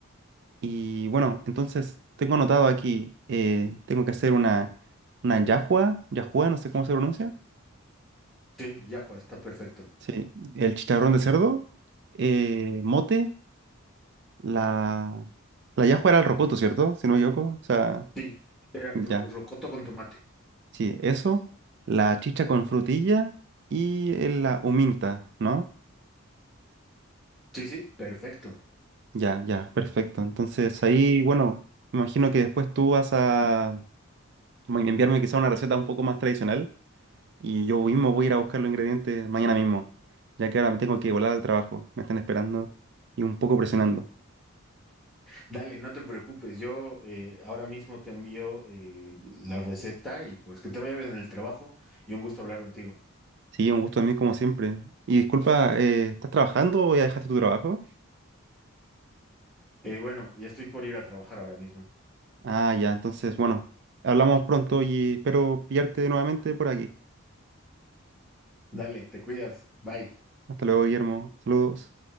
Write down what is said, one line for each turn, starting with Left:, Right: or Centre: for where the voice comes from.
Right: y bueno, entonces tengo anotado aquí, eh, tengo que hacer una, una yahua, yahua, no sé cómo se pronuncia.
Centre: Sí, ya, Juan, está perfecto.
Right: Sí, el chicharrón de cerdo, eh, mote, la... La yahua era el rocoto, ¿cierto? Si no me equivoco. O sea,
Centre: Sí, era
Right: ya.
Centre: ro- rocoto con tomate.
Right: Sí, eso, la chicha con frutilla y el- la huminta, ¿no?
Centre: Sí, sí, perfecto.
Right: Ya, ya, perfecto. Entonces ahí, bueno, me imagino que después tú vas a bueno, enviarme quizá una receta un poco más tradicional. Y yo mismo voy a ir a buscar los ingredientes mañana mismo, ya que ahora me tengo que volar al trabajo. Me están esperando y un poco presionando.
Centre: Dale, no te preocupes, yo eh, ahora mismo te envío eh, la receta y pues que te vaya bien en el trabajo y un gusto hablar contigo.
Right: Sí, un gusto a mí como siempre. Y disculpa, eh, ¿estás trabajando o ya dejaste tu trabajo?
Centre: Eh, bueno, ya estoy por ir a trabajar ahora mismo.
Right: Ah, ya, entonces, bueno, hablamos pronto y espero pillarte nuevamente por aquí.
Centre: Dale, te cuidas. Bye.
Right: Hasta luego, Guillermo. Saludos.